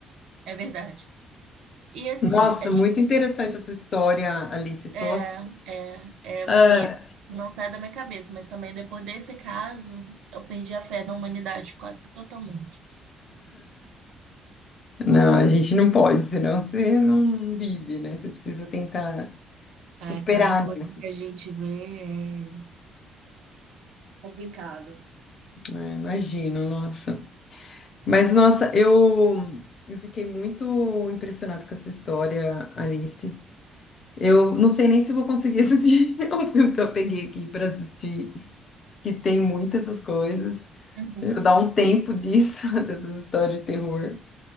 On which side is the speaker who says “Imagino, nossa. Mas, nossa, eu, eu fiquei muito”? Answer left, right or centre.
Left